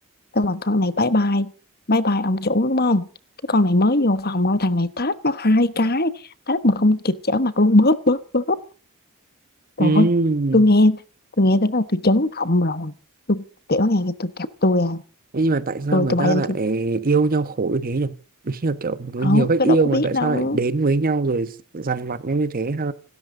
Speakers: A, on the left (about 45°); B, on the right (about 40°).
A: xong rồi con này bye bye bye bye ông chủ đúng không cái con này mới vô phòng thôi thằng này tát nó hai cái tát mà không kịp trở mặt luôn bóp bóp bóp rồi
B: ừ
A: tôi nghe tôi nghe tới đó là tôi chấn động rồi tôi kiểu này tôi gặp tôi à
B: nhưng mà tại sao
A: tôi
B: người
A: tôi
B: ta
A: bay lên
B: lại yêu nhau khổ như thế nhỉ Đúng là kiểu có
A: Ờ,
B: nhiều cách
A: tôi
B: yêu
A: đâu có
B: mà
A: biết
B: tại
A: đâu
B: sao lại đến với nhau rồi dằn vặt nhau như thế ha